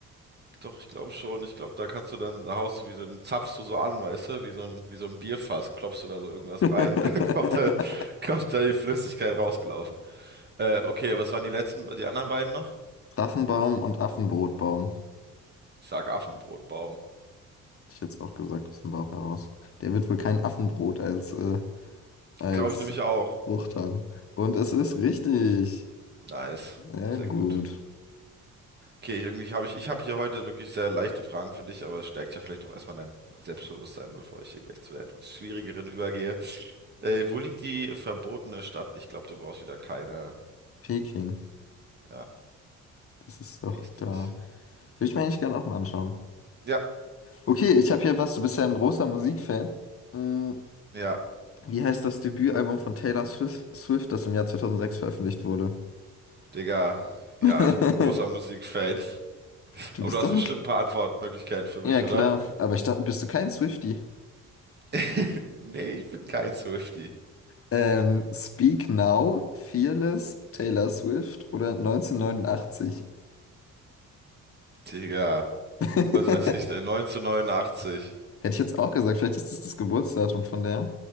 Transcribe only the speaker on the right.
Doch, ich glaube schon. Ich glaube, da kannst du dann, da haust du wie so, den zapfst du so an, weißt du, wie so ein, wie so ein Bierfass, klopfst du da so irgendwas
rein, <laughs> und dann kommt da, kommt da die Flüssigkeit rausgelaufen. Äh, okay, was waren die letzten, die anderen beiden noch?
Ich sag Affenbrotbaum.
Glaube ich nämlich auch.
Nice.
Sehr
gut. Okay, irgendwie habe ich, ich habe hier heute wirklich sehr leichte Fragen für dich, aber es stärkt ja vielleicht auch erstmal dein Selbstbewusstsein, bevor ich hier gleich zu der etwas schwierigeren übergehe. Äh, wo liegt die verbotene Stadt? Ich glaube, du brauchst wieder keine.
Ja,
richtig.
Ja.
Ja,
Digga, ja,
ich bin ein großer Musikfan.
Aber
du hast
bestimmt
ein paar Antwortmöglichkeiten für mich,
oder?
<laughs> Nee, ich bin kein Swiftie.
Digga,
was weiß ich denn? 1989.